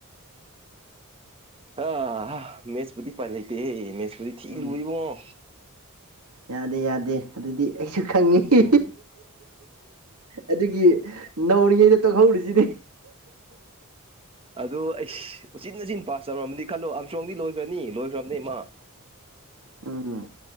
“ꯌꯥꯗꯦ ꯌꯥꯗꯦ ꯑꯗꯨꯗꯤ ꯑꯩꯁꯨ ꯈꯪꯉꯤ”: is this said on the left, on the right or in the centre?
Right